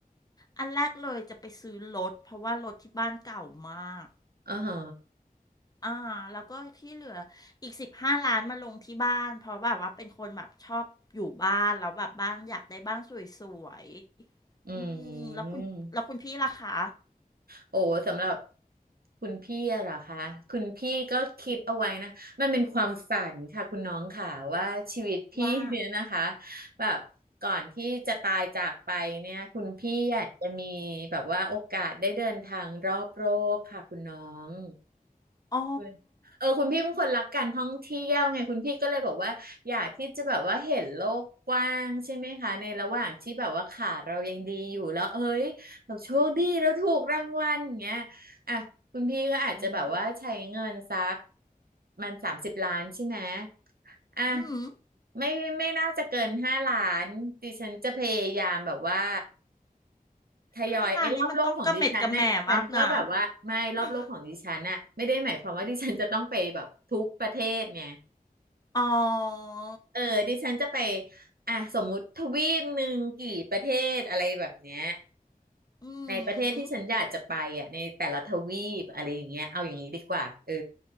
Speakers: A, on the left; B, on the right.
A: อันแรกเลยจะไปซื้อรถเพราะว่ารถที่บ้านเก่ามาก
B: อ๋อเหรอ
A: อ่าแล้วก็ที่เหลืออีกสิบห้าล้านมาลงที่บ้านเพราะแบบว่าเป็นคนแบบชอบอยู่บ้านแล้วแบบบ้านอยากได้บ้านสวยๆอืมแล้วคุณแล้วคุณพี่ล่ะคะ
B: อืมโอ้สำหรับคุณพี่อะเหรอคะ คุณพี่ก็คิดเอาไว้นะ มันเป็นความฝันค่ะคุณน้องค่ะว่าชีวิตพี่เนี่ยนะคะ
A: ว่า
B: แบบก่อนที่จะตายจากไปเนี่ยคุณพี่อยากจะมีแบบว่าโอกาสได้เดินทางรอบโลกค่ะคุณน้อง
A: <laughs> อ๋อ
B: คุณเออคุณพี่เป็นคนรักการท่องเที่ยวไงคุณพี่ก็เลยบอกว่าอยากที่จะแบบว่าเห็นโลกกว้างใช่ไหมคะในระหว่างที่แบบว่าขาเรายังดีอยู่แล้วเอ้ยเราโชคดีเราถูกรางวัลอย่างเงี้ยอ่ะคุณพี่ก็อาจจะแบบว่าใช้เงินสัก
A: อืม
B: มันสามสิบล้านใช่ไหมอ่ะ
A: อืม
B: ไม่ไม่น่าจะเกินห้าล้านดิฉันจะพยายามแบบว่า ทยอยไอ้รอบโลกของดิฉันนะดิฉันก็แบบว่าไม่รอบโลกของดิฉันน่ะไม่ได้หมายความว่าดิฉันจะต้องไปแบบทุกประเทศเนี่ย
A: ห้าล้านนี้มันต้องกระเม็ดกระแหม่มากนะ <laughs> อ๋อ
B: เออดิฉันจะไปอ่ะสมมุติทวีปหนึ่งกี่ประเทศอะไรแบบเนี้ย
A: อื
B: ในประเทศที่ฉันอยากจะไปอ่ะในแต่ละทวีปอะไรอย่างเงี้ยเอาอย่างนี้ดีกว่าเออ
A: ม